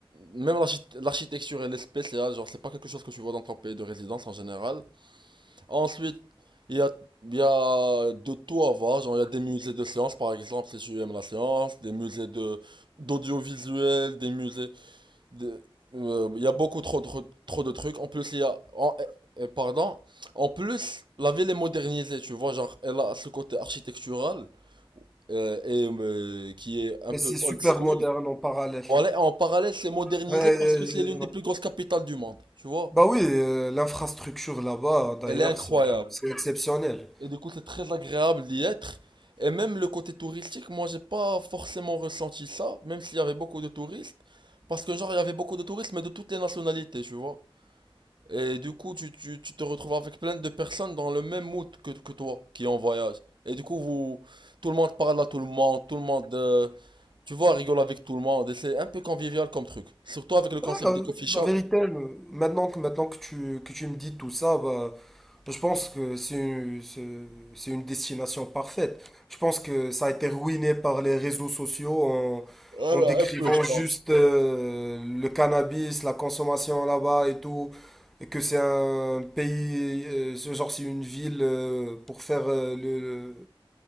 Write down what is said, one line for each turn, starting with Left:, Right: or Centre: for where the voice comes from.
Right: même l'archi- l'architecture et l'espèce, là, genre, c'est pas quelque chose que tu vois dans ton pays de résidence en général. Ensuite, il y a, il y a de tout à voir. Genre, il y a des musées de sciences, par exemple, si tu aimes la science, des musées de, d'audiovisuel, des musées de, euh, il y a beaucoup trop, de trop de trucs. En plus, il y a, en- eh, eh, pardon. En plus, la ville est modernisée, tu vois, genre, elle a ce côté architectural, euh, et, euh, qui est un
Centre: Mais
Right: peu
Centre: c'est super
Right: old school.
Centre: moderne en parallèle.
Right: Voilà, en parallèle, c'est modernisé
Centre: Ouais,
Right: parce que c'est
Centre: je-
Right: l'une
Centre: je vois.
Right: des plus grosses capitales du monde, tu vois.
Centre: bah oui, euh, l'infrastructure là-bas, d'ailleurs,
Right: Elle est incroyable.
Centre: c'est c'est exceptionnel.
Right: Et du coup, c'est très agréable d'y être. Et même le côté touristique, moi, j'ai pas forcément ressenti ça, même s'il y avait beaucoup de touristes. Parce que, genre, il y avait beaucoup de touristes, mais de toutes les nationalités, tu vois. Et du coup, tu, tu, tu te retrouves avec plein de personnes dans le même mood que, que toi, qui est en voyage. Et du coup, vous, tout le monde parle à tout le monde, tout le monde, euh, tu vois, rigole avec tout le monde. Et c'est un peu convivial comme truc. Surtout avec le concept
Centre: Ouais, la,
Right: des coffee shops.
Centre: la vérité, le- maintenant que, maintenant que tu, que tu me dis tout ça, bah, je pense que c'est une, c'est c'est une destination parfaite. Je pense que ça a été ruiné par les réseaux sociaux en,
Right: Voilà,
Centre: en décrivant
Right: un peu, je pense.
Centre: juste euh, le cannabis, la consommation là-bas et tout, et que c'est un pays, euh, ce genre c'est une ville euh, pour faire euh, le, le-